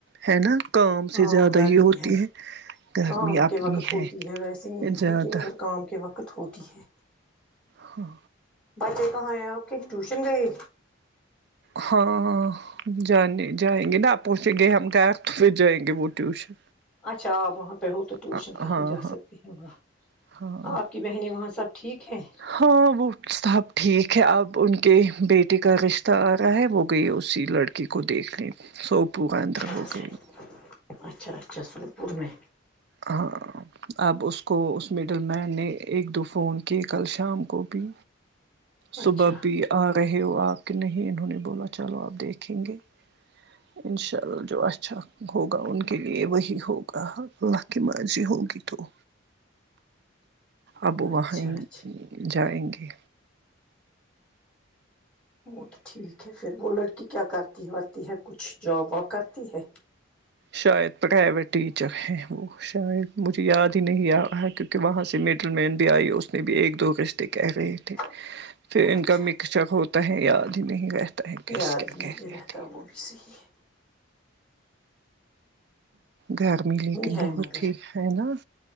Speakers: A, on the right (about 55°); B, in the centre.
A: ہے نا کام
B: ہاں
A: سے زیادہ
B: گرمی
A: ہی ہوتی ہے گرمی
B: کام
A: اپنی
B: کے وقت ہوتی
A: ہے
B: ویسے نہیں
A: زیادہ
B: ہوتی مگر کام کے وقت ہوتی ہے
A: ہاں
B: بچے کہاں ہیں آپ کی ٹیوشن گئے ہے
A: ہاں ہاں جانے جائیں گے نا پہنچیں گے ہم گھر پھر جائیں گے وہ ٹیوشن
B: اچھا آپ وہاں پے ہو تو ٹیوشن
A: ہاں
B: کہاں
A: ہاں
B: جا سکتے ہیں وہاں
A: ہاں
B: آپ کی بہنیں وہاں سب ٹھیک ہیں
A: ہاں وہ سب ٹھیک ہے اب ان کے بیٹے کا رشتہ جارہں ہوگئی اسی لڑکی کو دیکھنے سپو کا اندرا
B: اچھا
A: ہو گئی
B: اچھا اچھا سوپور میں
A: ہاں اب اس کو اس میڈل میہنہ ایک دو فون کیے کل شام کو بھی صبح
B: اچھا
A: بھی آ رہے ہو آپ کہ نہیں انہوں نے بولا چلو آپ دیکھیں گے انشاء اللہ جو اچھا ہوگا ان کے لیے وہی ہوگا اللہ کی مرضی ہوگی تو اب
B: اچھا
A: وہاں ہی
B: اچھا
A: جائیں گے
B: وہ تو ٹھیک ہے پھر وہ لڑکی کیا کرتی ورتی ہے کچھ جاب واب کرتی ہے
A: شاید پرویٹ ٹیچر ہے وہ شاید مجھے یاد ہی نہیں آ رہا ہے کیونکہ وہاں سے میڈل مین بھی آئی اس نے بھی ایک دو رشتے کہہ رہے تھے
B: <inaudible>
A: پھر ان
B: اچھا
A: کا مکس
B: اچھا
A: چکر ہوتا ہے یاد ہی نہیں ہے کیس
B: یاد
A: کیا
B: ہی
A: کہہ
B: نہیں
A: رہی
B: رہتا
A: تھی
B: وہ بھی صحیح ہے
A: گرمی لیکن
B: ہے
A: بہت
B: مگر
A: ہی ہے نا